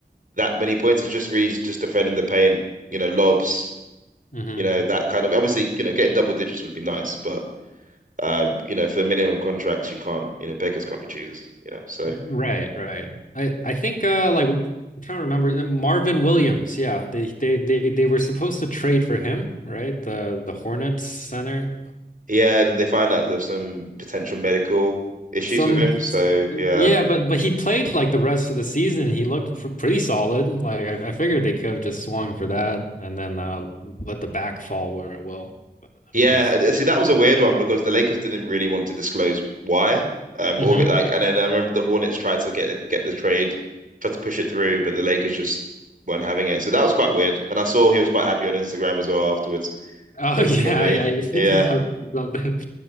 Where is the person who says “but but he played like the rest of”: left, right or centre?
Left